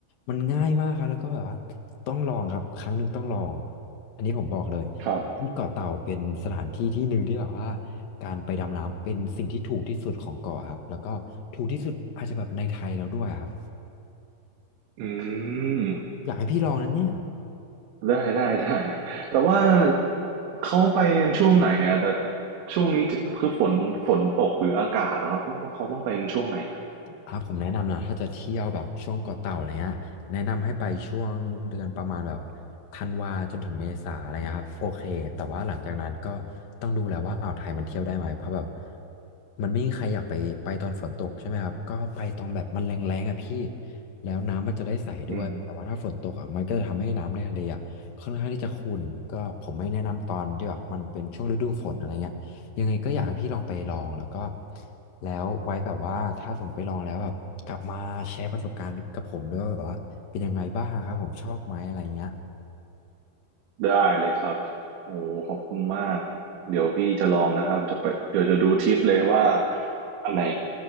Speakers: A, on the left; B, on the right.
A: มันง่ายมากครับแล้วก็แบบว่าต้องลองครับครั้งหนึ่งต้องลองอันนี้ผมบอกเลย
B: ครับ
A: ที่เกาะเต่าเป็นสถานที่ที่หนึ่งที่แบบว่า การไปดำน้ำเป็นสิ่งที่ถูกที่สุดของเกาะครับแล้วก็ถูกที่สุดอาจจะแบบในไทยแล้วด้วยครับ
B: อืม
A: อยากให้พี่ลองนะเนี่ย
B: ได้ได้ได้แต่ว่าเขาไปกันช่วงไหนอะแต่ช่วงนี้จะคือฝนฝนตกหรืออากาศนะครับต้องต้องเขาต้องไปกันช่วงไหนครับ
A: อ่าผมแนะนำนะถ้าจะเที่ยวแบบช่วงเกาะเต่าอะไรเงี้ยแนะนำให้ไปช่วงเดือนประมาณแบบธันวาจนถึงเมษาอะไรเงี้ยครับโอเคแต่ว่าหลังจากนั้นก็ต้องดูแล้วว่าอ่าวไทยมันเที่ยวได้ไหมเพราะแบบมันไม่มีใครอยากไปไปตอนฝนตกใช่ไหมครับก็ไปตอนแบบมันแรงๆอ่ะพี่แล้วน้ำมันจะได้ใสด้วยแต่ว่าถ้าฝนตกอ่ะมันก็จะทำให้น้ำในทะเลอ่ะค่อนข้างที่จะขุ่นก็ผมไม่แนะนำตอนที่แบบมันเป็นช่วงฤดูฝนอะไรเงี้ย
B: อืม
A: ยังไงก็อยากให้พี่ลองไปลองแล้วก็แล้วไว้แบบว่าถ้าสมไปลองแล้วแบบกลับมาแชร์ประสบการณ์กับผมด้วยว่าแบบว่าเป็นยังไงบ้างครับผมชอบไหมอะไรเงี้ย
B: ได้เลยครับโอ้ขอบคุณมาก เดี๋ยวพี่จะลองนะครับจะไปเดี๋ยวจะดูทิปเลยว่า อันไหน